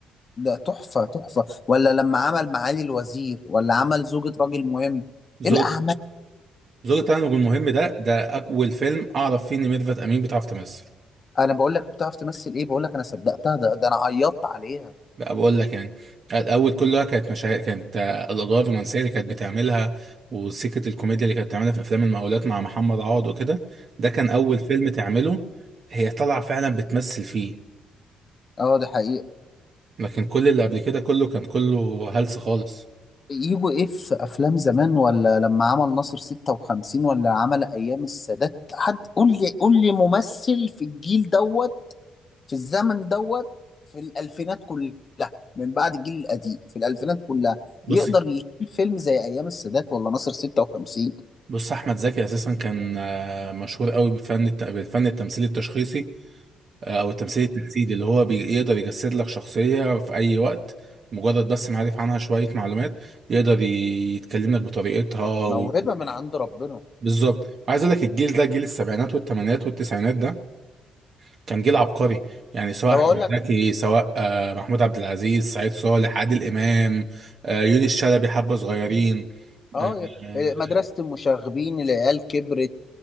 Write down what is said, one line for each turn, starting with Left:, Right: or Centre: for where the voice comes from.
Left: ده تحفة تحفة ولا لما عمل معالي الوزير ولا عمل زوجة راجل مهم
Right: زوجة
Left: ايه الأعمال
Right: زوجة التزوج المهم ده ده أول فيلم أعرف فيه إن ميرفت أمين بتعرف تمثل
Left: انا بقول لك بتعرف تمثل ايه بقول لك انا صدقتها ده, ده انا عيطت عليها
Right: بقى بقول لك يعني الأول كلها كانت مشاهد كانت آه، الأدوار الرومانسية اللي كانت بتعملها وسكة الكوميديا اللي كانت بتعملها في أفلام المقاولات مع محمد عوض وكده ده كان أول فيلم تعمله هي طالعة فعلا بتمثل فيه
Left: اه ده حقيقة
Right: لكن كل اللي قبل كده كله كان كله هلس خالص
Left: يجوا ايه في افلام زمان ولا لما عمل ناصر 56 ولا عمل ايام السادات حد قول لي قول لي ممثل في الجيل دوت في الزمن دوت في الالفينات كلها من بعد الجيل القديم في الالفينات كلها
Right: بص
Left: يقدر يشيل فيلم زي ايام السادات ولا ناصر 56
Right: بص أحمد زكي أساسا كان آه، مشهور قوي بفن الت- بالفن التمثيلي التشخيصي او التمثيل التجسيدي اللي هو بيقدر يجسد لك شخصية في اي وقت مجرد بس معرف عنها شوية معلومات يقدر يتكلم لك بطريقتها
Left: موهبة
Right: و...
Left: من عند ربنا
Right: بالظبط عايز اقول لك الجيل ده جيل السبعينات والثمانينات والتسعينات ده كان جيل عبقري يعني سواء
Left: طب
Right: احمد
Left: اقول لك
Right: زكي سواء آه، محمود عبد العزيز سعيد صالح عادل امام آه، يونس شلبي حبة صغيرين
Left: اه
Right: آه،
Left: يا- مدرسة المشاغبين العيال كبرت